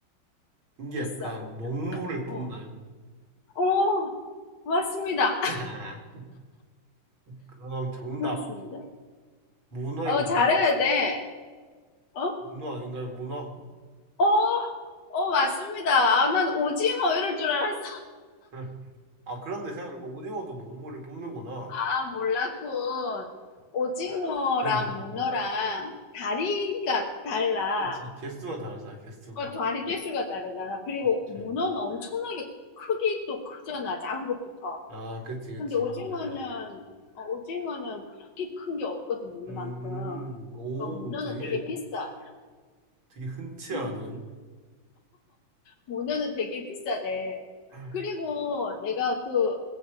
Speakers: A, on the right; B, on the left.
A: 이게
B: 비싸고.
A: 약간 먹물을 뿜나요?
B: 어, 어, 맞습니다.
A: <laughs> 하하. 그럼 정답.
B: 맞습니다.
A: 문어인가요?
B: 어, 잘해야 돼. 어?
A: 문어 아닌가요? 문어? <laughs>
B: 어? 어, 맞습니다. 아, 난 오징어 이럴 줄 알았어.
A: 응. 아, 그런데 생각해보니까 오징어도 먹물을 뿜는구나.
B: 아,
A: <laughs>
B: 몰랐군. 오징어랑
A: 그렇네.
B: 문어랑 다리가 달라.
A: 그치. 개수가 다르잖아, 개수가.
B: 어, 다리 개수가 다르잖아. 그리고
A: 그치.
B: 문어는 엄청나게 크기도 크잖아. 작은 것부터.
A: 아, 그치, 그치.
B: 근데 오징어는,
A: 맞네.
B: 어, 오징어는 그렇게 큰 게 없거든, 문어만큼.
A: 음, 오,
B: 그 문어는
A: 되게,
B: 되게 비싸.
A: 되게 흔치
B: 응.
A: 않은.
B: 모노는 되게 비싸대.
A: <clears throat>
B: 그리고 내가 그